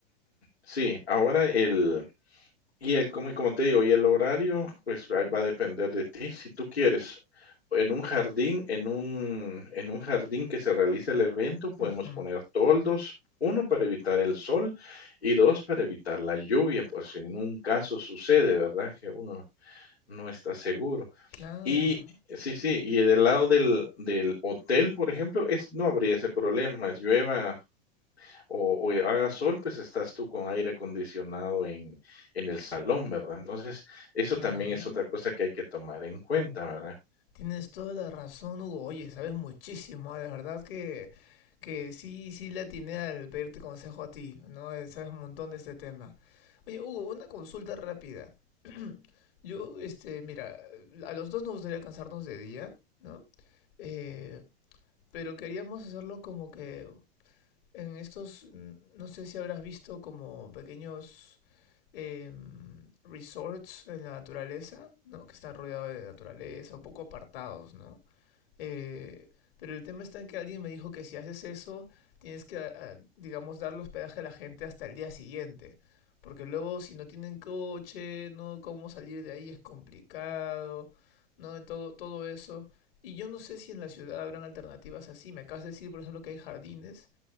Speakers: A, on the left; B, on the left.
A: Sí, ahora el y el, como, y como te digo, y el horario, pues ahí va a depender de ti. Si tú quieres en un jardín, en un, en un jardín que se realice el evento, podemos
B: Ujú.
A: poner toldos, uno para evitar el sol y dos para evitar la lluvia, pues si en un caso sucede, ¿verdad? Que uno no está seguro.
B: Claro.
A: Y sí, sí, y del lado del, del hotel, por ejemplo, es, no habría ese problema, llueva o, o haga sol, pues estás tú con aire acondicionado en, en el salón, ¿verdad? Entonces, eso
B: Ajá.
A: también es otra cosa que hay que tomar en cuenta, ¿verdad?
B: Tienes toda la razón, Hugo. Oye, sabes muchísimo, ¿ah? de verdad que, que sí, sí le atiné al pedirte consejo a ti, ¿no? Eh, Sabes un montón de este tema. Oye, Hugo, una consulta rápida. <clears throat> Yo, este, mira, a los dos nos gustaría cansarnos de día, ¿no? Eh, pero queríamos hacerlo como que en estos, n- no sé si habrás visto como pequeños em, resorts en la naturaleza, ¿no? Que están rodeados de naturaleza, un poco apartados, ¿no? Eh, pero el tema está en que alguien me dijo que si haces eso, tienes que, a- a, digamos, darle hospedaje a la gente hasta el día siguiente. Porque luego si no tienen coche, no cómo salir de ahí es complicado, no todo, todo eso. Y yo no sé si en la ciudad habrán alternativas así. Me acabas de decir, por ejemplo, que hay jardines.